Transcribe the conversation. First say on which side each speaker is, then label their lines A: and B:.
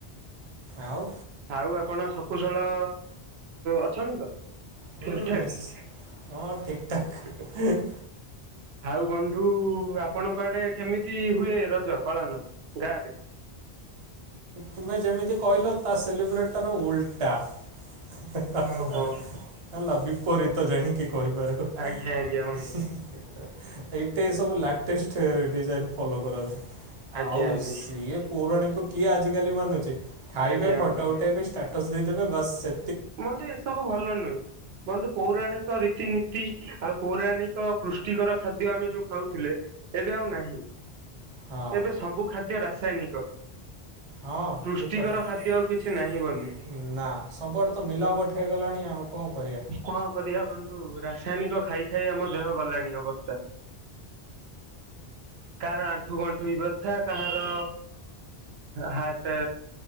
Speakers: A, on the right; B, on the right.
A: ଆଉ।
B: ଆଉ ଆପଣ ଶକୁଶଳ ଅଛନ୍ତି ତ?
A: ହୁଁ
B: ଠିକ ଠାକ?
A: ନିଶ୍ଚ ହଁ ଠିକ୍ ଠାକ୍।
B: ଆଉ ବନ୍ଧୁ ଆପଣଙ୍କ ଆଡେ କେମିତି ହୁଏ ରଜ ପାଳନ ଗାଁ ରେ?
A: ତୁମେ ଯେମିତି କହିଲ ତା ସେଲିବ୍ରେଟର ଓଲଟା। ହେଲା
B: ଓହୋ
A: ବିପରୀତ ଜାଣିକି ହେଇପାରେ। <unintelligible>
B: ଆଜ୍ଞା ଆଜ୍ଞା ବନ୍ଧୁ
A: ଏଇଟେ ସବୁ ଲାଟେଷ୍ଟ ଡିଜାଇନ୍ ଫଲୋ କରନ୍ତି,
B: ଆଜ୍ଞା
A: ଆଉ
B: ଆଜ୍ଞା
A: ଇଏ ପୌରାଣୀକୁ କିଏ ଆଜିକାଲି ମାନୁଛି, ଖାଇବେ
B: ଆଜ୍ଞା
A: ଫଟା
B: ବନ୍ଧୁ।
A: ଉଠେଇବେ ଷ୍ଟାଟସ୍ ଦେଇଦେବେ ବାସ୍ ସେ
B: ବନ୍ଧୁ ଏସବୁ ଭଲ ନୁହେଁ। ବନ୍ଧୁ ପୌରାଣିକ ରୀତିନୀତି ଆଉ ପୌରାଣିକ ପୃଷ୍ଟିକର ଖାଦ୍ୟ ଆମେ ଯୋଉ ଖାଉଥିଲେ ଏବେ ଆଉ ନାହିଁ
A: ହଁ
B: ଏବେ ସବୁ ଖାଦ୍ୟ ରାସାୟନିକ।
A: ହଁ
B: ପୃଷ୍ଟିକର
A: ଠିକ କଥା।
B: ଖାଦ୍ୟ ଆଉ କିଛି ନାହିଁ ବନ୍ଧୁ।
A: ନା ସବୁଆଡେ ତ ମିଲାବଟ ହେଇଗଲାଣି ଆଉ କଣ କରିବା।
B: କଣ କରିବା ବନ୍ଧୁ ରାସାୟନିକ ଖାଇ ଖାଇ ଆମ ଦେହ ଗଲାଣି ଅବସ୍ଥା। କାହାର ଆଣ୍ଠୁ ଗଣ୍ଠୁ ବି ବ୍ୟଥା କାହାର ହାଟ